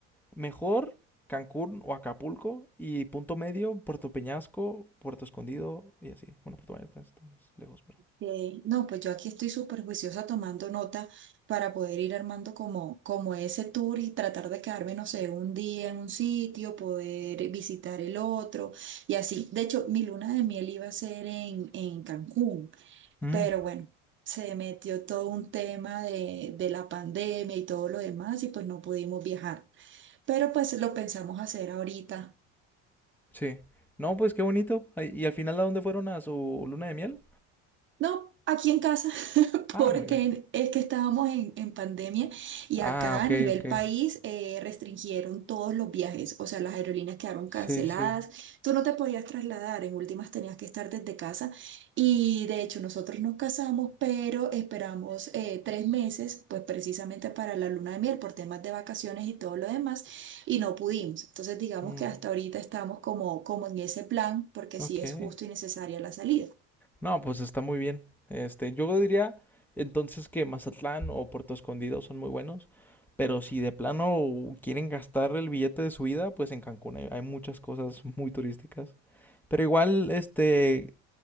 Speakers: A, in the centre; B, on the right (about 35°).
A: Mejor Cancún o Acapulco y punto medio Puerto Peñasco, Puerto Escondido y así. Bueno, Puerto Vallarta está más lejos, pero...
B: Eh, no, pues yo aquí estoy súper juiciosa tomando nota para poder ir armando como, como ese tour y tratar de quedarme, no sé, un día en un sitio, poder visitar el otro y así. De hecho, mi luna de miel iba a ser en, en Cancún,
A: Mm,
B: pero bueno, se metió todo un tema de, de la pandemia y todo lo demás y pues no pudimos viajar. Pero pues lo pensamos hacer ahorita.
A: sí. No, pues qué bonito. Ay, ¿Y al final a dónde fueron a su luna de miel?
B: No, aquí en casa, <laughs>
A: Ah,
B: porque
A: muy bien.
B: es que estábamos en, en pandemia y
A: Ah,
B: acá
A: ok,
B: a nivel
A: ok.
B: país eh, restringieron todos los viajes, o sea, las aerolíneas quedaron
A: Sí,
B: canceladas,
A: sí.
B: tú no te podías trasladar, en últimas tenías que estar desde casa y de hecho nosotros nos casamos, pero esperamos eh, tres meses, pues precisamente para la luna de miel por temas de vacaciones y todo lo demás y no pudimos. Entonces digamos
A: Mm,
B: que hasta ahorita estamos como, como en ese plan, porque
A: ok.
B: sí es justo y necesaria la salida.
A: No, pues está muy bien. Este, yo diría entonces que Mazatlán o Puerto Escondido son muy buenos, pero si de plano quieren gastar el billete de su vida, pues en Cancún hay, hay muchas cosas muy turísticas. Pero igual, este,